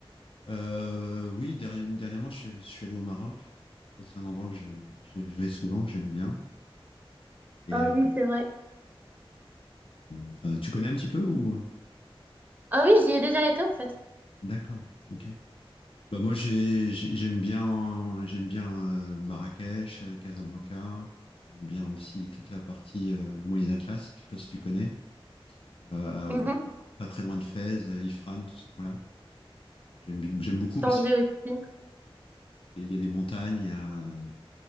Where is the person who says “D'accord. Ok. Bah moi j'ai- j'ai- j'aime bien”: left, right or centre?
Left